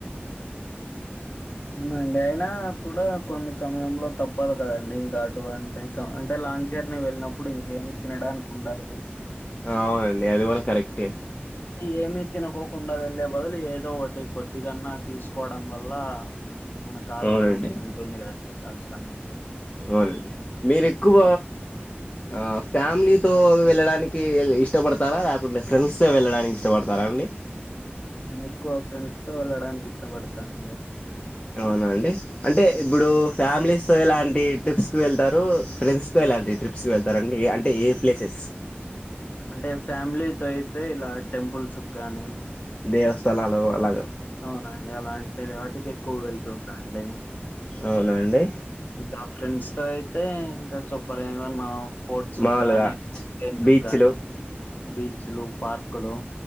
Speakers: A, on the left; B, on the left.
A: అవునండి అయినా కూడా కొన్ని సమయంలో తప్పదు కదండి ఇంకా అటువంటి అంటే లాంగ్ జర్నీ వెళ్ళినప్పుడు ఇంకేమి తినడానికి ఉండదు
B: అవునండి అది కూడా కరెక్టే
A: అంటే ఏమి తినకోకుండా వెళ్లే బదులు ఏదో ఒకటి కొద్ది గన్నా తీసుకోవడం వల్ల మనకు ఆరోగ్యం
B: అవునండి
A: ఉంటుంది కదండి కాస్త అన్న
B: అవునండి మీరు ఎక్కువ ఆ ఫ్యామిలీతో వెళ్ళడానికి ఇష్టపడతారా లేకుంటే ఫ్రెండ్స్తో వెళ్ళడానికి ఇష్టపడతారా అండి
A: నేను ఎక్కువ ఫ్రెండ్స్ తో వెళ్ళడానికి ఇష్టపడతానండి
B: అవునా అండి అంటే ఇప్పుడు ఫ్యామిలీస్ తో ఎలాంటి ట్రిప్స్కి కి వెళ్తారు ఫ్రెండ్స్ తో ఎలాంటి ట్రిప్స్ కి వెళ్తారు అంటే అంటే ఏ ప్లేసెస్
A: అంటే ఫ్యామిలీతో అయితే ఇలా టెంపుల్స్ గానీ
B: దేవస్థలాలు అలాగ
A: అవునండి అలాంటి అటుకెక్కువ వెళ్తుంటా అండి
B: అవునా అండి
A: ఇంకా ఫ్రెండ్స్ తో అయితే ఇంకా చెప్పలేం గా మనం స్పోర్ట్స్
B: మాములుగా
A: గాని టెన్స్
B: బీచ్లు
A: గానీ బీచ్లు పార్కులు